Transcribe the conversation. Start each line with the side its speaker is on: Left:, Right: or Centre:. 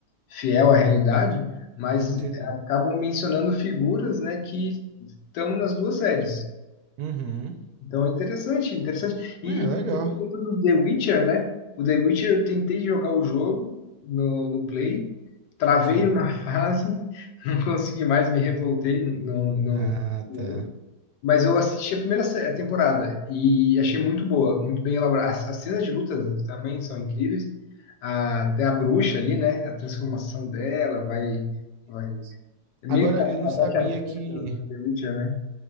Left: fiel à realidade, mas
Right: Entendi.
Left: acabam mencionando figuras, né, que estão nas duas séries.
Right: Uhum.
Left: Então é interessante, interessante. E,
Right: É, legal.
Left: e você comentou do The Witcher, né? O The Witcher eu tentei jogar o jogo no, no Play, travei
Right: Sim.
Left: uma fase, <laughs> não consegui mais, me revoltei, não, não,
Right: Ah,
Left: não.
Right: tá.
Left: Mas eu assisti a primeira se- a temporada e achei muito boa, muito bem elaborada. As, as cenas de luta também são incríveis. A- até a bruxa ali, né? A transformação dela vai, vai.
Right: Isso.
Left: É meio
Right: Agora,
Left: que a, a
Right: eu não sabia
Left: Betty Arquette
Right: que.
Left: do, do The Witcher, né?